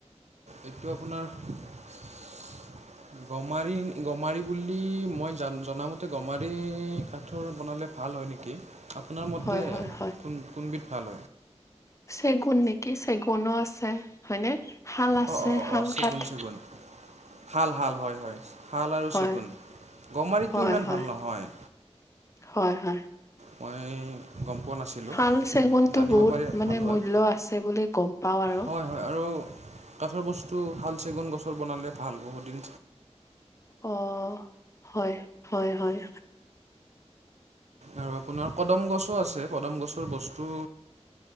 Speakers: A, on the right; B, on the left.
A: এইটো আপোনাৰ <unintelligible> গমাৰি গমাৰি বুলি মই জ জামতে গমাৰি কাঠৰ বনালে ভাল ভাল হয় নেকি আপোনাৰ মতে
B: হয় হয় হয়
A: কোন কোনবিধ ভাল হয়
B: চেগুন নেকি চেগুনো আছে হয়নে শাল আছে
A: অঁ অঁ অঁ
B: শাল
A: অঁ চেগুন
B: কাঠ
A: চেগুন শাল শাল হয় হয় শাল আৰু
B: হয়
A: চেগুন গমাৰিটো
B: হয়
A: ইমান
B: হয়
A: ভাল নহয়।
B: হয় হয়।
A: মই গম পোৱা নাছিলোঁ
B: শাল চেগুনটো
A: জানিব
B: বহুত
A: পাৰি
B: মানে
A: ভাল হয়
B: মূল্য আছে বুলি গম পাওঁ আৰু
A: হয় হয় আৰু কাঠৰ বস্তু ভাল চেগুন গছৰ বনালে ভাল বহুত দিন
B: অ হয় হয় হয়
A: আৰু আপোনাৰ কদম গছো আছে কদম গছৰ বস্তু